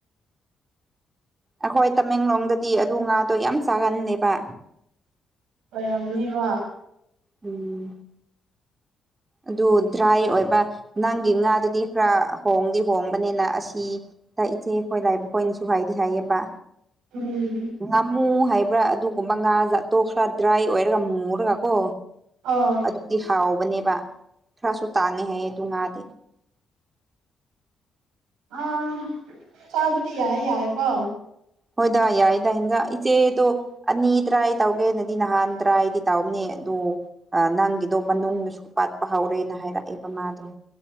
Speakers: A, on the right; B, on the right.
A: ꯑꯩꯈꯣꯏ ꯇꯃꯦꯡꯂꯣꯡꯗꯗꯤ ꯑꯗꯨ ꯉꯥꯗꯣ ꯌꯥꯝ ꯆꯥꯒꯟꯗꯦꯕ
B: ꯑꯣꯏꯔꯝꯅꯤꯕ
A: ꯎꯝ ꯑꯗꯨ ꯗ꯭ꯔꯥꯏ ꯑꯣꯏꯕ ꯅꯪꯒꯤ ꯉꯥꯗꯨꯗꯤ ꯈꯔ ꯍꯣꯡꯗꯤ ꯍꯣꯡꯕꯅꯤꯅ ꯑꯁꯤ ꯇꯏꯆꯦ ꯑꯩꯈꯣꯏ ꯂꯥꯏꯕꯈꯣꯏꯅꯁꯨ ꯍꯥꯏꯗꯤ ꯍꯥꯏꯌꯦꯕ
B: ꯎꯝ
A: ꯉꯃꯨ ꯍꯥꯏ ꯑꯗꯨꯒꯨꯝꯕ ꯉꯥ ꯥꯠꯇꯣ ꯈꯔ ꯗ꯭ꯔꯥꯏ ꯑꯣꯏꯔꯒ ꯃꯨꯨꯔꯒ ꯀꯣ
B: ꯑꯣ
A: ꯑꯗꯨꯗꯤ ꯍꯥꯎꯕꯅꯦꯕ ꯈꯔꯁꯨ ꯇꯥꯅꯤ ꯍꯥꯏꯌꯦ ꯑꯗꯨ ꯉꯥꯗꯤ
B: ꯑ ꯆꯥꯕꯗꯤ ꯌꯥꯏ ꯌꯥꯏꯀꯣ
A: ꯍꯣꯏꯗꯥ ꯌꯥꯏꯗꯗꯥ ꯏꯟꯖꯥꯛ ꯏꯆꯦꯗꯣ ꯑꯅꯤ ꯇ꯭ꯔꯥꯏ ꯇꯧꯒꯦꯅꯗꯤ ꯅꯍꯥꯟ ꯇ꯭ꯔꯥꯏꯗꯤ ꯇꯧꯅꯦ ꯑꯗꯨꯗ ꯅꯪꯒꯤꯗꯣ ꯃꯅꯨꯡꯁꯨ ꯄꯥꯠꯄ ꯍꯧꯔꯦꯅ ꯍꯥꯏꯔꯛꯑꯦꯕ ꯃꯥꯗꯣ